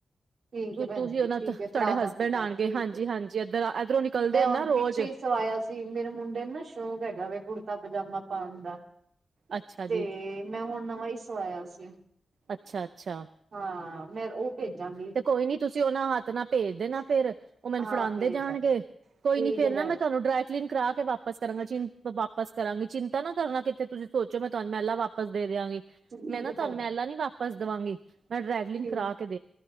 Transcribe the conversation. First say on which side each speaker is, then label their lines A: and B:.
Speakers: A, on the right; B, on the right.
A: ਠੀਕ
B: ਤੇ
A: ਹੈ ਭੈਣ
B: ਤੁਸੀਂ
A: ਜੀ
B: ਉਨਾ
A: ਠੀਕ
B: ਹੱਥ
A: ਹੈ ਪੜ੍ਹਾ
B: ਤੁਹਾਡੇ ਹਸਬੈਂਡ
A: ਦਾਂਗੀ ਮੈਂ
B: ਆਣਗੇ,
A: ਠੀਕ
B: ਹਾਂਜੀ
A: ਹੈ
B: -ਹਾਂਜੀ ਇਧਰ- ਇਧਰੋਂ ਨਿਕਲਦੇ
A: ਮੈਂ ਹੁਣ
B: ਨਾ
A: ਪਿੱਛੇ
B: ਰੋਜ਼
A: ਹੀ ਸਵਾਇਆ ਸੀ, ਮੇਰੇ ਮੁੰਡੇ ਨੇ ਨਾ ਸ਼ੌਕ ਹੈਗਾ ਵੈ ਕੁੜਤਾ ਪਜਾਮਾ ਪਾਣ ਦਾ।
B: ਅੱਛਾ ਜੀ
A: ਤੇ ਮੈਂ ਹੁਣ ਨਵਾਂ ਈ ਸਵਾਇਆ ਸੀ।
B: ਅੱਛਾ, ਅੱਛਾ।
A: ਹਾਂ ਮੈਂ ਉਹ ਭੇਜਾਂਗੀ
B: ਤੇ ਕੋਈ ਨੀ ਤੁਸੀਂ ਉਹਨਾਂ ਹੱਥ ਨਾਲ ਭੇਜ ਦੇ ਨਾ ਫੇਰ ਉਹ ਮੈਨ
A: ਹਾਂ
B: ਫੜਾਂਦੇ
A: ਭੇਜਦਾ
B: ਜਾਣਗੇ,
A: ਠੀਕ
B: ਕੋਈ ਨੀ ਫੇਰ
A: ਹੈ
B: ਨਾ
A: ਭੈਣ
B: ਮੈਂ ਤੁਆਨੂੰ ਡਰਾਈ -ਕਲੀਨ ਕਰਾ ਕੇ ਵਾਪਸ ਕਰਾਂਗਾ ਚਿੰਤ ਵਾਪਸ ਕਰਾਂਗੀ ਚਿੰਤਾ ਨਾ ਕਰਨਾ ਕਿੱਥੇ ਤੁਸੀਂ ਸੋਚੋ ਮੈਂ ਤੁਆਨੂੰ ਮੈਲਾ ਵਾਪਸ ਦੇ ਦਿਆਂਗੀ।
A: ਠੀਕ
B: ਮੈਂ ਨਾ
A: ਹੈ
B: ਤੁਆਨੂੰ
A: ਭੈਣ
B: ਮੈਲਾ ਨੀ ਵਾਪਸ ਦੇਵਾਂਗੀ, ਮੈਂ ਡਰੈਕਲੀਨ
A: ਠੀਕ
B: ਕਰਾ ਕ